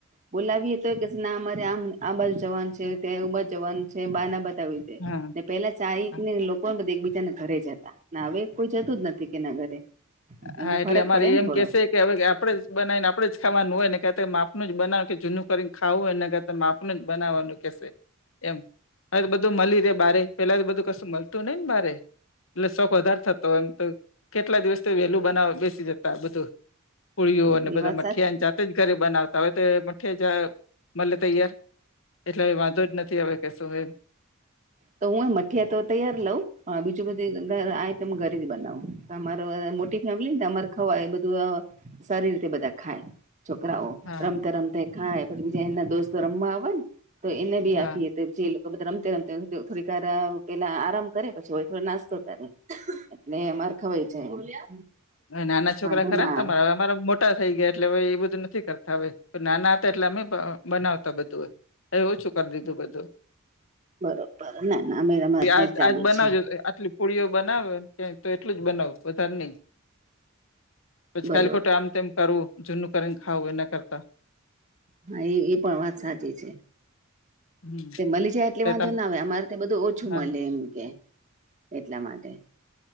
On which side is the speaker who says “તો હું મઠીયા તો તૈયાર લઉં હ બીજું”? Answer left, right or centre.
Right